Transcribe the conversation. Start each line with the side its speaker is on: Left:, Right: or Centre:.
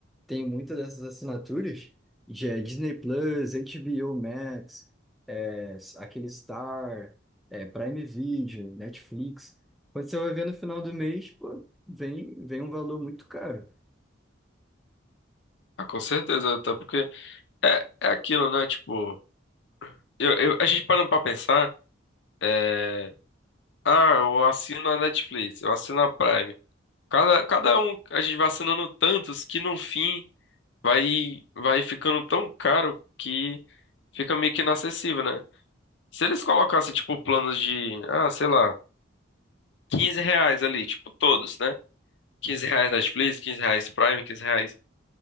Centre: tem muitas dessas assinaturas, já é Disney Plus, HBO Max, é, aquele Star, é, Prime Video, Netflix, quando você vai ver no final do mês, pô, vem, vem um valor muito caro.
Left: Ah, com certeza, até porque é, é aquilo, né? Tipo, eu, eu- a gente parando pra pensar, é, ah, eu assino a Netflix, eu assino a Prime. Cada, cada um, a gente vai assinando tantos que no fim. vai vai ficando tão caro que fica meio que inacessível, né? Se eles colocassem, tipo, planos de, ah, sei lá, 15 reais ali, tipo, todos, né? 15 reais Netflix, quinze reais Prime, 15 reais